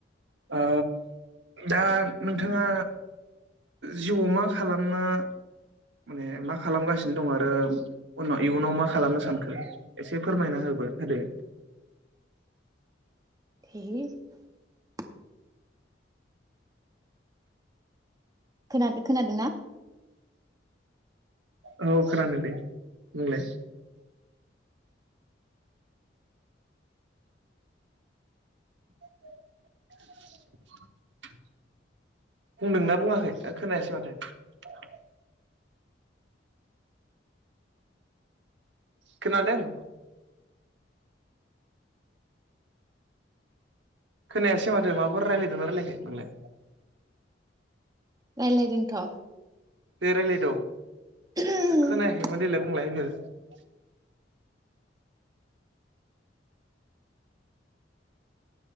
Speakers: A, on the right; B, on the right.
A: ओ दा नोंथाङा जिउआव मा खालामनो माने मा खालामगासिनो दं आरो उनाव इयुनाव मा खालामनो सानखो एसे फोरमायना होबो होदो।
B: <unintelligible> खोनादो खोनादोंना?
A: औ खोनादों दे बुंलाय। <inaudible> बुंदोंना बुङाखै ओ खोनायासै माथो। खोनादों? खोनायासै माथो माबाफोर रायलायदों ना रायलायाखै नोंलाय
B: रायलायदोंथ'
A: दे रायलायद
B: हेलौ
A: खोनायाखैमोन देलाय बुंलाय <unintelligible>